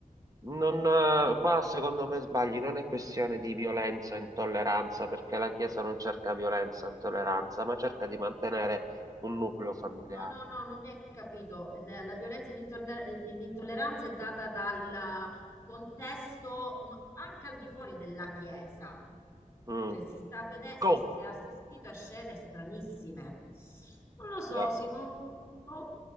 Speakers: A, on the right; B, on the left.
A: Non, eh, qua secondo me sbagli, non è questione di violenza e intolleranza, perché la Chiesa non cerca violenza e intolleranza, ma cerca di mantenere un nucleo familiare.
B: No, no, no, non mi hai capito. La, la violenza e l'intorne- l'intolleranza è data dal contesto, no, anche al di fuori della Chiesa.
A: Mm.
B: Cioè, si sta a vedere, si
A: Come?
B: è, si è assistito a scene stranissime. Non lo so,
A: Da-
B: Simo. Boh.